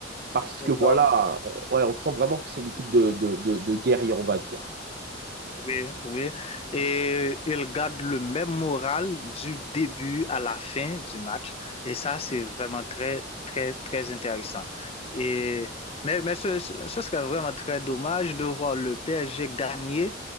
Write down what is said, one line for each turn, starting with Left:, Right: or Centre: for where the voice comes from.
Right: parce
Left: énorme.
Right: que voilà, on, ouais, on sent vraiment que c'est une équipe de, de, de, de guerriers, on va dire.
Left: Oui, oui. Et il garde le même moral du début à la fin du match. Et ça, c'est vraiment très, très, très intéressant. Et, mais, mais ce, ce serait vraiment très dommage de voir le PSG gagner